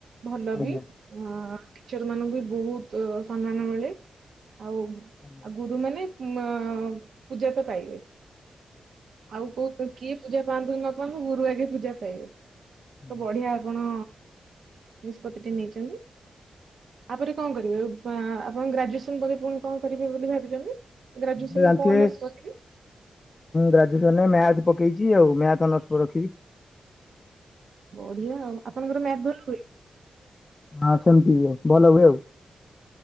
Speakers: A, on the right (about 65°); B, on the left (about 25°).
A: ଭଲ
B: ଆଜ୍ଞା
A: ବି ଅ ଟିଚର ମାନଙ୍କୁ ବି ବହୁତ ସମ୍ମାନ ମିଳେ। ଆଉ
B: ଆଜ୍ଞା ଆଜ୍ଞା
A: ଆଉ ଗୁରୁ ମାନେ ମ ପୂଜା ତ ପାଇବେ। ଆଉ କୋଉ କିଏ ପୂଜା ପାଆନ୍ତୁ ନ ପାନ୍ତୁ ମୁଁ ଗୁରୁ ଆଗେ ପୂଜା ପାଇବେ। ତ
B: ଆଜ୍ଞା।
A: ବଢିଆ ଆପଣ ନିଷ୍ପତିଟେ ନେଇଛନ୍ତି। ତାପରେ କଣ କରିବେ ଆ-ଆପଣ ଗ୍ରାଜୁଏସନ ପରେ ପୁଣି କଣ କରିବେ ବୋଲି ଭାବିଛନ୍ତି? ଗ୍ରାଜୁଏସନରେ
B: ଜାଣିଥିବେ
A: କୋଉ ଅନର୍ସ ରଖିବେ?
B: ଗ୍ରାଜୁଏସନରେ ମ୍ୟାଥ ପକେଇଛି ଆଉ ମ୍ୟାଥ ଅନର୍ଷ ରଖିବି।
A: ବଢିଆ ଆଉ ଆପଣଙ୍କର ମ୍ୟାଥ ଭଲ ହୁଏ?
B: ହଁ ସେମିତି ଆଉ ଭଲ ହୁଏ ଆଉ।